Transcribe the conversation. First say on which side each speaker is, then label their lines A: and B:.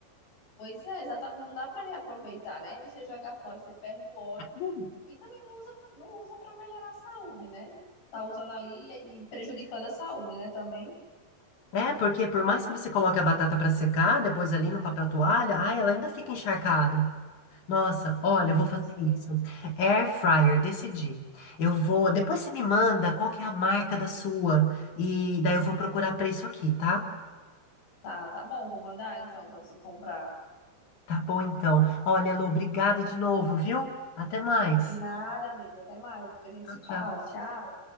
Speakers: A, on the left; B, on the left.
A: Pois é, exatamente. Não dá para reaproveitar, né? Você jogar fora, você perde o óleo
B: Hum.
A: e também não usa, não usa para melhorar a saúde, né? Tá usando ali e e prejudicando a saúde, né? Também.
B: É, porque por mais que você coloque a batata pra secar, depois ali no papel toalha, ai, ela ainda fica encharcada. Nossa, olha, eu vou
A: Pois
B: fazer
A: é.
B: isso. Air fryer, decidi. Eu vou. Depois você me manda qual que é a marca da sua. E daí eu vou procurar preço aqui, tá?
A: Tá, tá bom, vou mandar então para você comprar.
B: Tá bom, então. Olha, Elô, obrigada de novo, viu? Até mais.
A: De nada, amiga. Até mais. Depois a gente
B: Tchau,
A: se fala.
B: tchau.
A: Tchau.